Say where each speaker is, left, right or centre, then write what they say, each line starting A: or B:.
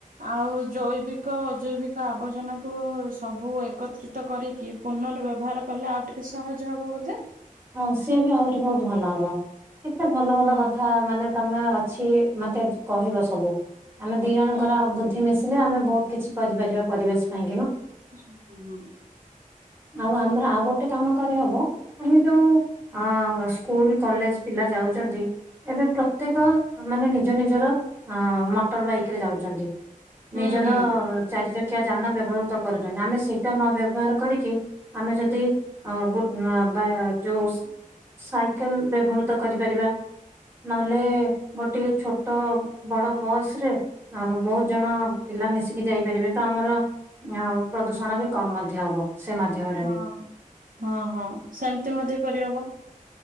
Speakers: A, on the right; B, on the right.
A: ଆଉ ଜୈବିକ ଅଜୈବିକ ଆବର୍ଜନା କୁ ସବୁ ଏକତ୍ରିତ କରିକି ପୂର୍ନବ୍ୟବହାର କଲେ ଆଉ ଟିକେ ସହଜ ହବ ବୋଧେ।
B: ହଁ ସିଏ ବି ଆହୁରି ବହୁତ୍ ଭଲ ହବ କେତେ ଭଲ ଭଲ
A: ହୁଁ
B: କଥା ମାନେ ତମେ ଅ ଛି ମତେ କହିବ ସବୁ ଆମେ ଦି ଜଣଙ୍କର
A: ହୁଁ
B: ବୁଦ୍ଧି ମିଶିଲେ ଆମେ ବହୁତ୍ କିଛି କରିପାରିବା ପରିବେଶ୍ ପାଇଁ।
A: ହୁଁ ହୁଁ ହୁଁ।
B: ଆଉ ଆମର ଆଉ ଗୋଟେ କାମ କରିହବ, ଆମେ ଯୋଉ ଆ ସ୍କୁଲ କଲେଜ ପିଲା ଯାଉଚନ୍ତି ଏବେ ପ୍ରତ୍ୟେକ ମାନେ ନିଜ ନିଜର ଆ ମଟର ବାଇକରେ ଯାଉଚନ୍ତି।
A: ହୁଁ
B: ନିଜର
A: ହଁ।
B: ଚାରିଚକିଆ ଯାନ ବ୍ୟବହୃତ କରୁଚନ୍ତି ଆମେ ସେ ଟା ନ ବ୍ୟବହାର କରିକି ଆମେ ଯଦି ଅ ଗୋ ଉଁ ଆ ଯୋଉ ସାଇକେଲ୍ ବ୍ୟବହୃତ କରିପାରିବା। ନହେଲେ ଗୋଟିଏ ଛୋଟ ବଡ ବସ୍ ରେ ଆଉ ବହୁତ୍ ଜଣ ପିଲା ମିଶିକି ଯାଇପାରିବେ ତ ଆମର ଆଁଉଁ ପ୍ରଦୂଷଣ ବି କମ୍ ମଧ୍ୟ ହବ। ସେ ମାଧ୍ୟମରେ
A: ହଁ
B: ବି
A: ହଁ ହଁ ସେମିତି ମଧ୍ୟ କରିହବ।